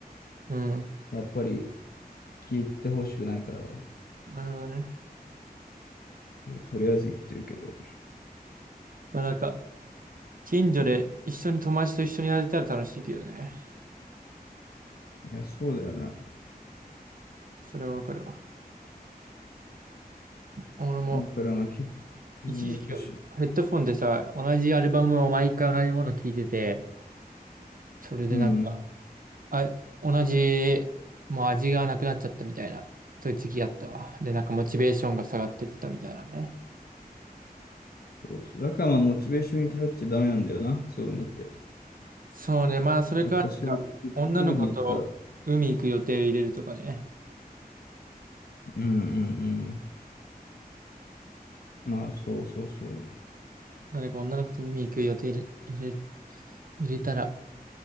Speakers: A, on the right; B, on the left.
A: うん、
B: やっぱり聞いてほしくないから、
A: なるほどね。
B: とりあえず行ってるけど。
A: まあ、なんか、近所で一緒に友達と一緒にやれたら楽しいけどね。
B: いや、そうだよな。
A: それはわかるわ。俺も
B: だからまあ結構難しい。
A: 一時期ヘッドフォンでさ、同じアルバムを毎回同じもの聴いてて、それでなんか、
B: うん。
A: あ、同じ、もう味がなくなっちゃったみたいな、そういう時期あったわ。で、なんかモチベーションが下がってったみたいなね。
B: そうそう。だからまあ、モチベーションに頼っちゃダメなんだよな、そういうのって。
A: そうね、まあそれか、
B: やっぱりそういう、
A: なんか、
B: 生きてるにいるから。
A: 女の子と海行く予定を入れるとかね。
B: うんうんうん。まあ、そうそうそう。
A: 誰か女の子と海行く予定入れ、入れ、入れたら